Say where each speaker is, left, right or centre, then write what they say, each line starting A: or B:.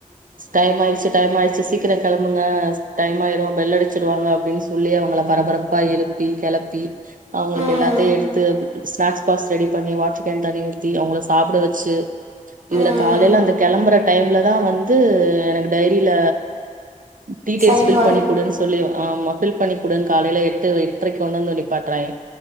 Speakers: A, on the right; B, on the right.
A: டைம் ஆய்டுச்சு டைம் ஆயிடுச்சு சீ க்கிற கெளம்புங்க டைம் ஆய்ரும் பெல் அடுச்சுறுவாங்க அப்டின்னு சொல்லி அவுங்கள பரபரப்பா எழுப்பி கெளப்பி அவுங்களுக்கு
B: ம்
A: எல்லாத்தையும் எடுத்து ஸ்னாக்ஸ் பாக்ஸ் ரெடி பண்ணி வாட்டர் கேன் ஊத்தி அவுங்கள சாப்புட வச்சு இதுல
B: ம்
A: காலேல அந்த கிளம்புற டைம்ல தான் வந்து எனக்கு டைரியில டீடெய்ல்ஸ்
B: சரிமா
A: ஃபில் பண்ணிக்குடுன்னு சொல்லி ஆமா ஃபில் பண்ணி குடுன்னு காலேல எட்டு எட்டுரைக்கு கொண்டு வந்து நிப்பாட்றாய்ங்க